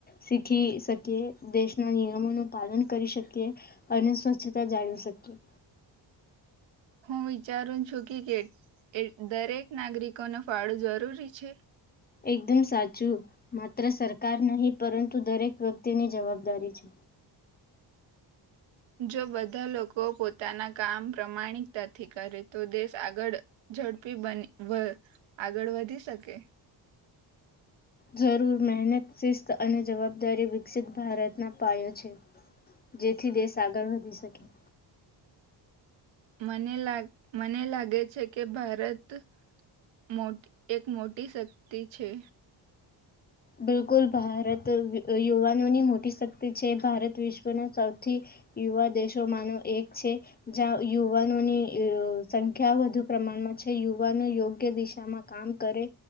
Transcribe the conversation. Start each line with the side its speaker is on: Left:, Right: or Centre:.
Left: શીખી શકીએ દેશના નિયમોનું પાલન કરી શકીએ અને સ્વચ્છતા જાળવી શકીએ.
Right: હું વિચારું છું કે કે દરેક નાગરિકોનો ફાળો જરૂરી છે.
Left: એકદમ સાચું માત્ર સરકાર નહીં પરંતુ દરેક વ્યક્તિની જવાબદારી છે.
Right: જો બધા લોકો પોતાના કામ પ્રમાણિકતાથી કરે તો દેશ આગળ ઝડપી બન વ આગળ વધી શકે.
Left: જરૂર મહેનત શિસ્ત અને જવાબદારી વિકસિત ભારતના પાયો છે જેથી દેશ આગળ વધી શકે.
Right: મને લાગ મને લાગે છે કે ભારત મોટી એક મોટી શક્તિ છે.
Left: બિલકુલ ભારત યુ યુવાનોની મોટી શક્તિ છે ભારત વિશ્વના સૌથી યુવા દેશોમાંનો એક છે જ્યાં યુવાનોની સંખ્યા વધુ પ્રમાણમાં છે યુવાનો યોગ્ય દિશામાં કામ કરે